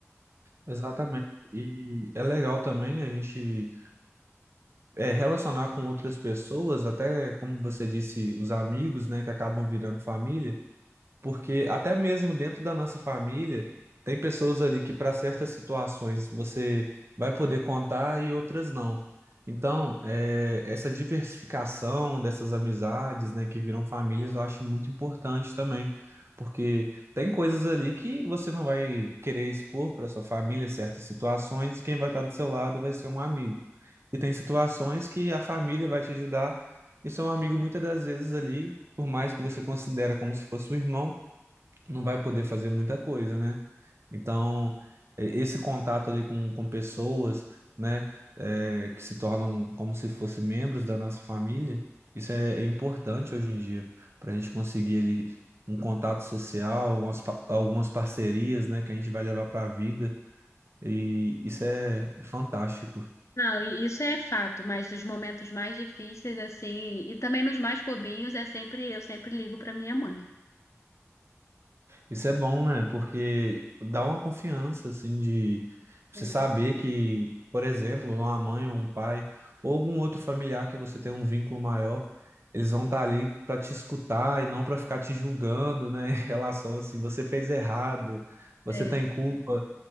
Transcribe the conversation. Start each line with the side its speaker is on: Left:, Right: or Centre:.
Right: Exatamente. E é legal também a gente é, relacionar com outras pessoas, até como você disse, os amigos, né, que acabam virando família. Porque até mesmo dentro da nossa família, tem pessoas ali que para certas situações você vai poder contar e outras não. Então, eh, essa diversificação dessas amizades, né, que viram famílias, eu acho muito importante também. Porque tem coisas ali que você não vai querer expor para sua família certas situações, e quem vai estar do seu lado vai ser um amigo. E tem situações que a família vai te ajudar, e seu amigo muitas das vezes ali, por mais que você considera como se fosse um irmão, não vai poder fazer muita coisa, né? Então, eh, esse contato ali com, com pessoas, né, eh, que se tornam como se fossem membros da nossa família, isso é, é importante hoje em dia, para a gente conseguir ali um contato social, umas pa- algumas parcerias, né, que a gente vai levar para a vida, e isso é é fantástico.
Left: Não, e isso é fato, mas nos momentos mais difíceis, assim, e também nos mais bobinhos, é sempre, eu sempre ligo para minha mãe.
Right: Isso é bom, né? Porque dá uma confiança, assim, de você
Left: Sim,
Right: saber que, por exemplo, uma mãe ou um pai, ou algum outro familiar que você tem um vínculo maior, eles vão estar ali para te escutar e não para ficar te julgando, né? <laughs> Em relação assim, você fez errado, você
Left: É.
Right: tem culpa.